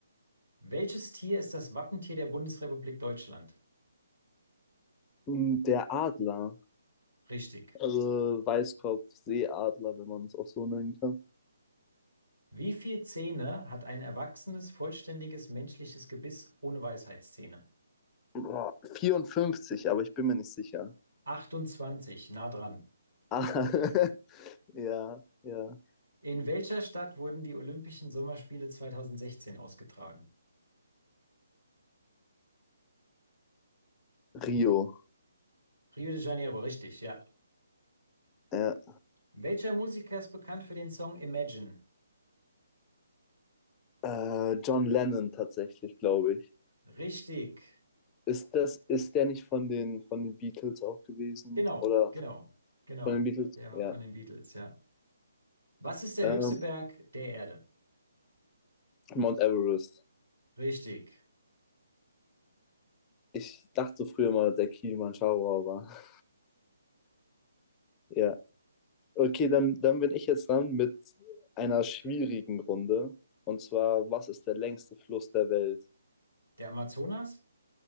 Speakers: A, on the right; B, on the left.
A: Welches Tier ist das Wappentier der Bundesrepublik Deutschland?
B: Hm, Der Adler.
A: Richtig.
B: Also Weißkopf, Seeadler, wenn man es auch so nennen kann.
A: Wie viele Zähne hat ein erwachsenes, vollständiges menschliches Gebiss ohne Weisheitszähne?
B: Boah, 54, aber ich bin mir nicht sicher.
A: 28, nah dran.
B: Ah, <laughs> ja, ja.
A: In welcher Stadt wurden die Olympischen Sommerspiele 2016 ausgetragen?
B: Rio.
A: Rio de Janeiro, richtig, ja.
B: Ja,
A: Welcher Musiker ist bekannt für den Song Imagine?
B: Äh, John Lennon tatsächlich, glaube ich.
A: Richtig.
B: Ist das, ist der nicht von den, von den Beatles auch gewesen?
A: Genau,
B: Oder
A: genau, genau.
B: von den Beatles?
A: Der war
B: Ja.
A: von den Beatles, ja. Was ist der
B: Ähm,
A: höchste Berg der Erde?
B: Mount Everest.
A: Richtig.
B: Ich dachte so früher mal, der Kilimanjaro, aber <laughs> ja. Okay, dann, dann bin ich jetzt dran mit einer schwierigen Runde. Und zwar, was ist der längste Fluss der Welt?
A: Der Amazonas?